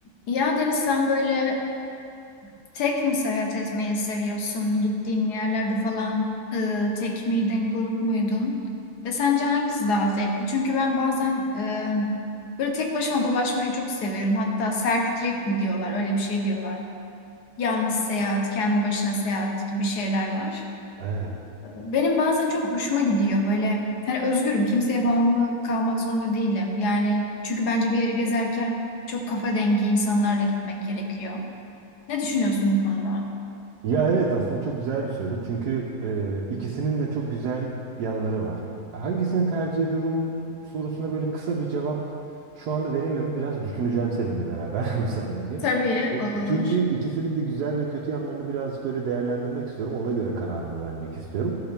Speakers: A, on the left; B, on the right.
A: Ya Deniz sen böyle e, tek mi seyahat etmeyi seviyorsun? Gittiğin yerlerde falan e, tek miydin, grup muydun? Ve sence hangisi daha zevkli? Çünkü ben bazen e, böyle tek başıma dolaşmayı çok seviyorum. Hatta self trip mi diyorlar, öyle bir şey diyorlar. Yalnız seyahat, kendi başına seyahat gibi şeyler var.
B: Evet.
A: Benim bazen çok hoşuma gidiyor böyle hani özgürüm kimseye bağımlı kalmak zorunda değilim. Yani çünkü bence bir yere gezerken çok kafa dengi insanlarla gitmek gerekiyor. Ne düşünüyorsun bu konuda?
B: Ya evet aslında çok güzel bir soru. Çünkü e, ikisinin de çok güzel yanları var. Hangisini tercih ediyorum sorusuna böyle kısa bir cevap şu anda veremiyorum. Biraz düşüneceğim seninle beraber <laughs> müsaadenle.
A: Tabii
B: O,
A: olur.
B: çünkü ikisinin de güzel ve kötü yanlarını birazcık böyle değerlendirmek istiyorum. Ona göre kararımı vermek istiyorum.